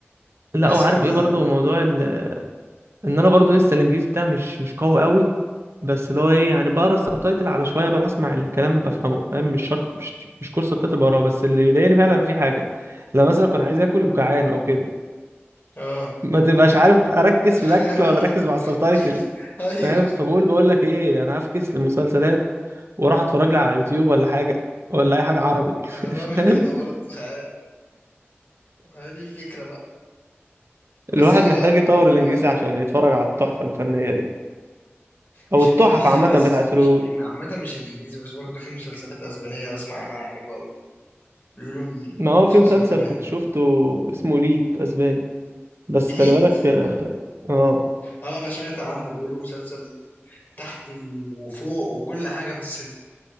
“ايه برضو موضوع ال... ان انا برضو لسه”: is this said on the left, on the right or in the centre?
Right